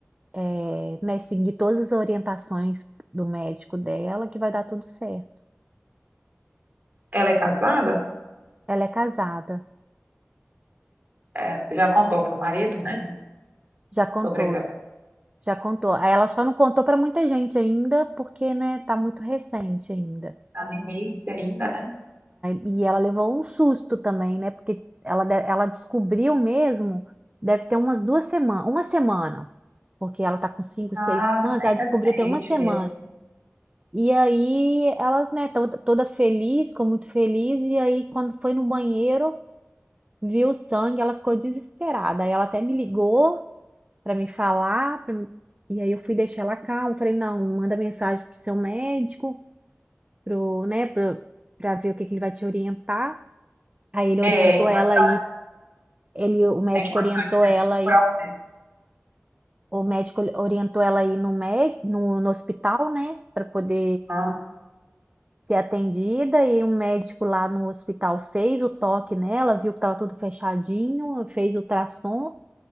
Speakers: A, on the right; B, on the right.
A: é, né, seguir todas as orientações do médico dela, que vai dar tudo certo.
B: Ela é casada?
A: Ela é casada,
B: É, já contou
A: mas
B: pro marido, né?
A: já contou,
B: Sobre a gravidez.
A: já contou. Ela só não contou pra muita gente ainda, porque, né, tá muito recente ainda.
B: Tá no início ainda, né?
A: E ela levou um susto também, né? Porque ela, de- ela descobriu mesmo, deve ter umas duas semanas, uma semana, porque ela tá com cinco,
B: Ah,
A: seis semanas,
B: tá bem
A: ela descobriu
B: recente
A: tem uma semana.
B: mesmo.
A: E aí ela, né, toda, toda feliz, ficou muito feliz, e aí quando foi no banheiro, viu o sangue, ela ficou desesperada. Aí ela até me ligou pra me falar, pra me- e aí eu fui deixar ela calma, falei, não, manda mensagem pro seu médico, pro, né, pro, pra ver o que que ele vai te orientar. Aí ele
B: É
A: orientou
B: importante,
A: ela aí, ele, o médico
B: é importante
A: orientou
B: ter
A: ela aí,
B: por alguém.
A: o médico orientou ela aí no, mé- no, no hospital, né, para poder
B: Ah,
A: ser atendida. E o médico lá no hospital fez o toque nela, viu que tava tudo fechadinho, fez o ultrassom,